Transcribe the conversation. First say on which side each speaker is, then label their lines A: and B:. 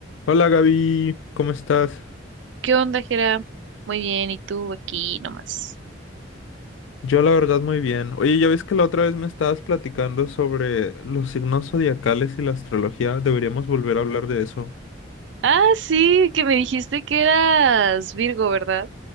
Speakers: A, on the left (about 75°); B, on the right (about 65°).
A: Hola Gaby, ¿cómo estás?
B: ¿Qué onda, Jera? Muy bien, ¿y tú aquí nomás?
A: Yo la verdad muy bien. Oye, ya ves que la otra vez me estabas platicando sobre los signos zodiacales y la astrología. Deberíamos volver a hablar de eso.
B: Ah, sí, que me dijiste que eras Virgo, ¿verdad?